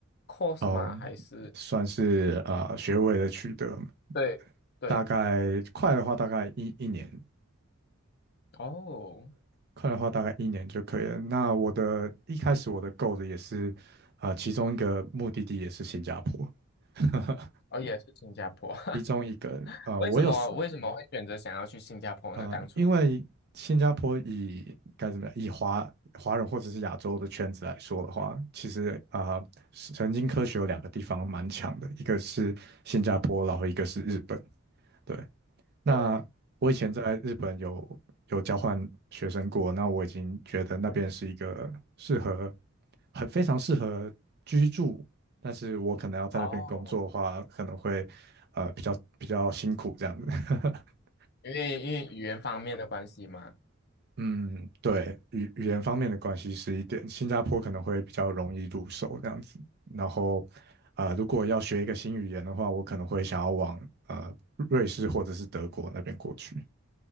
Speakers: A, on the left; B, on the right.
A: ？course
B: 哦，
A: 嘛？还是
B: 算是呃学位的取得，
A: 对对
B: 大概快的话大概一一年，
A: 哦。
B: 快的话大概一年就可以了。那我的一开始我的 goal 也是，呃，其中一个目的地也是新加坡。<laughs>
A: 哦，也是新加坡。<laughs>
B: 其中一个，呃，
A: 为什么为什么会选择想要去新加坡呢？
B: 我有四啊、
A: 当初
B: 因为新加坡以该怎么样，以华华人或者是亚洲的圈子来说的话，其实啊、神经科学有两个地方蛮强的，一个是新加坡，然后一个是日本。对，那我以前在日本有有交换学生过，
A: 对，
B: 那我已经觉得那边是一个适合
A: 嗯，
B: 很非常适合居住，但是我可能要在那边工作的话，
A: 哦，
B: 可能会呃比较比较辛苦这样子。<laughs>
A: 因为因为语言方面的关系吗？
B: 嗯，对，语语言方面的关系是一点，新加坡可能会比较容易入手这样子。然后，呃，如果要学一个新语言的话，我可能会想要往呃瑞士或者是德国那边过去。